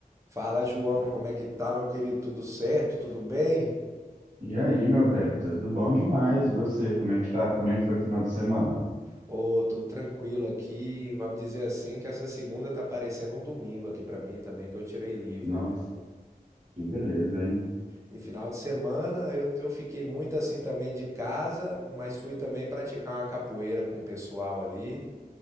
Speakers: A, on the right; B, on the right.
A: Fala, João, como é que tá, meu querido? Tudo certo? Tudo bem?
B: E aí, meu velho, tudo bom demais. E você, como é que tá? Como é que foi o final de semana?
A: Ô, tudo tranquilo aqui. Vamos dizer assim que essa segunda tá parecendo um domingo aqui pra mim também, que eu tirei livre,
B: Nossa,
A: né?
B: que beleza, hein?
A: E final de semana eu, eu fiquei muito assim também de casa, mas fui também praticar uma capoeira com o pessoal ali.